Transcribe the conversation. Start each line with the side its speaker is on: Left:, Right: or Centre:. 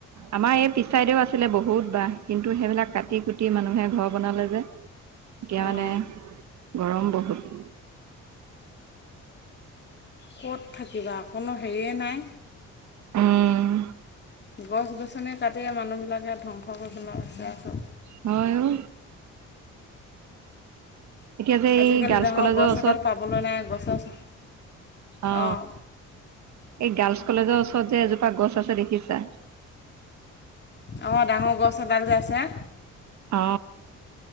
Right: আমাৰ এই পিছাইদেউ আছিলে বহুত বাহ কিন্তু সেইবিলাক কাটি কুটি মানুহে ঘৰ বনালে যে এতিয়া
Left: অঁ
Right: মানে গৰম বহুত
Left: ক'ত থাকিবা অকণো হেৰিয়ে নাই
Right: উম
Left: গছ গছনি কাটিয়ে মানুহবিলাকে ধ্বংস কৰিবেলাই বিচ আছোঁ
Right: হয় অ এতিয়া যে এই
Left: আজিকালি
Right: গাৰ্লছ
Left: ডাঙৰ
Right: কলেজৰ
Left: গছ
Right: ওচৰত
Left: এডাল পাবলৈ নাই গছৰ
Right: অ
Left: অঁ
Right: এই গাৰ্লচ কলেজৰ ওচৰৰ তই যে এজোপা গছ আছে দেখিছা।
Left: অমাৰ ডাঙৰ গছ এডাল যে আছে।
Right: অ